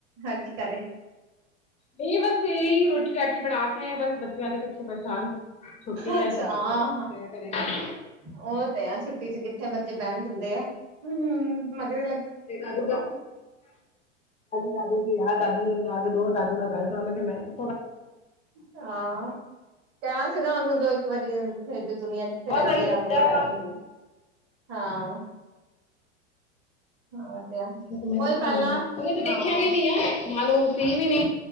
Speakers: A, on the right; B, on the left.
A: ਹਰ ਕੀ ਕਰਹੇ
B: ਨਹੀਂ ਬਸ ਇਹੀ ਰੋਟੀ ਰਟੀ ਬਣਾ ਕੇ ਬਸ ਬੱਚਿਆਂ ਦੇ ਪਿੱਛੇ ਪਰੇਸਾਨ ਛੱਟੀ
A: ਅੱਛਾ
B: ਅੱਜ ਦਿਮਾਗ ਖਰਾਬ ਕਿੱਤਾ
A: ਹਾਂ
B: ਘਰੇ
A: ਉਹ ਤੇ ਆ ਛੁੱਟੀ ਚ ਕਿੱਥੇ ਬੱਚੇ ਬਹਿਣ ਦਿੰਦੇ ਆ ਹਮ ਹਮ ਮਗਰ
B: ਦਾਦੂ ਦਾ ਦਾਦੂ ਵੀ ਆ ਦਾਦੂ ਨਾਲ ਦੋ ਦਾਦੂ ਨਾਲ ਗੱਲ ਕਰਾਵਾਂਗੇ ਮੈਂ ਤੇ
A: ਹਾਂ ਕ ਸੀ ਨਾ ਉਹਨੂੰ ਜੋ ਇੱਕ ਵਾਰੀ ਦੁਨੀਆਂ ਜਿੱਥੇ
B: ਬਹੁਤ
A: ਰਹਿੰਦੇ
B: ਵਾਰੀ ਦਿੱਤਾ
A: ਆ ਉਹਨਾਂ ਹੀ ਗੱਲ
B: <unintelligible>
A: ਹੁੰਦੀ। ਹਾਂ ਉਹ ਤੇ ਆ
B: ਹਾਂਜੀ ਮੈਂ ਕਿਥ
A: ਉਹੀ
B: ਬਣਾ
A: ਪਹਿਲਾਂ
B: ਉਹਨ ਤੇ
A: ਹਾਂ
B: ਦੇਖਿਆ ਵੀ ਨੀ ਆ ਨਾਲ ਉਹ ਸੀ ਵੀ ਨੀ